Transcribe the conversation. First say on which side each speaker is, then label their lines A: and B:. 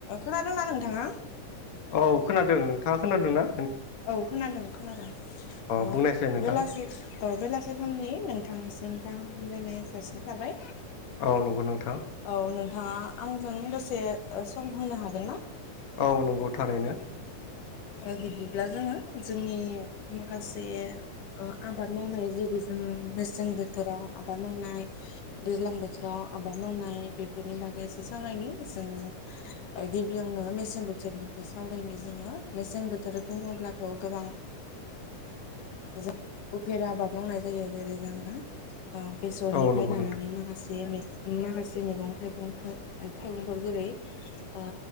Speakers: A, on the left; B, on the left.
A: खोनादोंना नोंथाङा?
B: औ खोनादों नोंथाङा खोनादों ना?
A: औ खोनादों खोनादों अ
B: बुंनायसाय नोंथां
A: बेलासि औ बेलासे समनि नोंथांनिसिम गाहाम हामलायनाय जासिनाय थाबाय।
B: औ नंगौ नोंथां।
A: औ नोंथाङा आंजों दसे सम होनो हागोन ना।
B: औ नंगौ थारैनो।
A: ओ बिदिब्ला जोङो जोंनि माखासे ओ आबाद मावनाय जेबो जों मेसें बोथोराव आबाद मावनाय। दैज्लां बोथोराव आबाद मावनाय बेफोरनि बागै एसे सावरायनि जोङो ओ गिबियावनो मेसें बोथोरनि <unintelligible> सावरायनि जोङो मेसें बोथोर बुङोब्लाथ' गोबां जों उफेर आबाद मावनाय जायो जेरै जोङो ओ बेसरनिफ्राय
B: औ नंगौ
A: लानानै
B: नोंथां
A: माखासे <unintelligible> माखासे मैगं थाइगंफोर थाइगंफोर जेरै ओ